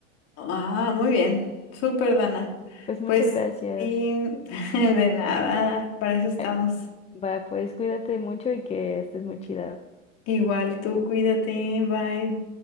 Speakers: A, on the left; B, on the left.
A: Ah, muy bien, súper Dana.
B: Pues muchas
A: Pues
B: gracias.
A: sí, <laughs> de nada, para eso estamos.
B: Eh, Va, pues cuídate mucho y que estés muy chida.
A: Igual tú, cuídate, bye.